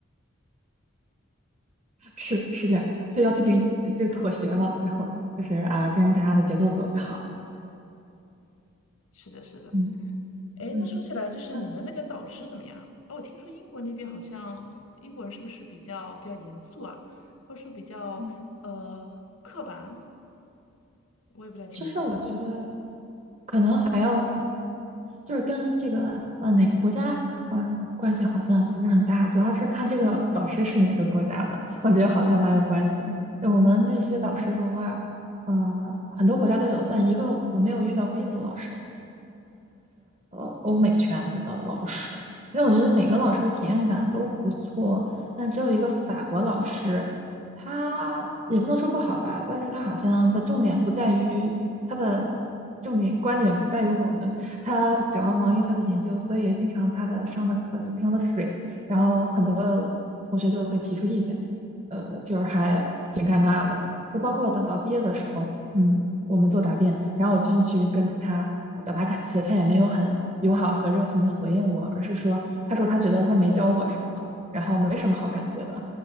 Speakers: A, on the right; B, on the left.
A: 是是这样，所以要进行就妥协嘛，最后就是啊，跟着大家的节奏走就好了。
B: 是的，是的。
A: 嗯
B: 哎，
A: 嗯
B: 那说起来，就是你们那个导师怎么样啊？
A: 嗯
B: 哦，我听说英国那边好像英国人是不是比较比较严肃啊，或者说比较呃刻板？
A: 嗯，
B: 我也不太清楚。
A: 其实我觉得可能还要，嗯，就是跟这个呃哪个国家呃关系好像不是很大，主要是看这个导师是哪个国家的，我觉得好像蛮有关系的。就我们那些导师的话，呃，很多国家都有，但一个我没有遇到过印度老师。呃欧美圈子的老师，因为我觉得每个老师的体验感都不错，但只有一个法国老师，他也不能说不好吧，但是他好像的重点不在于他的重点观点不在于我们，他主要忙于他的研究，所以经常他的上的课就非常的水，然后很多同学就会提出意见，呃，就是还挺尴尬的，就包括等到毕业的时候，嗯。我们做答辩，然后我进去跟他表达感谢，他也没有很友好和热情的回应我，而是说，他说他觉得他没教我什么，然后没什么好感谢的。